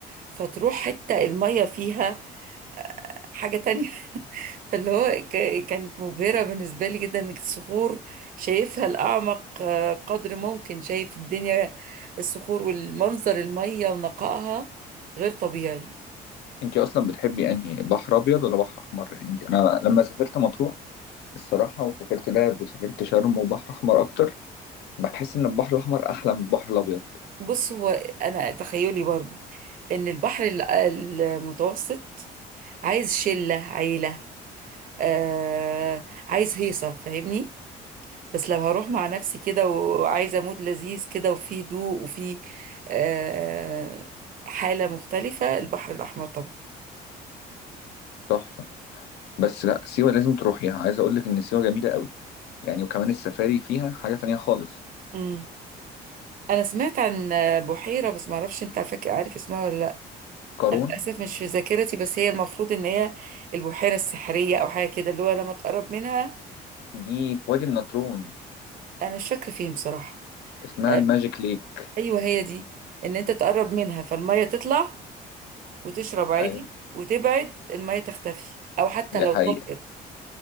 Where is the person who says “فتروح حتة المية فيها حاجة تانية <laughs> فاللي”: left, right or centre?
Right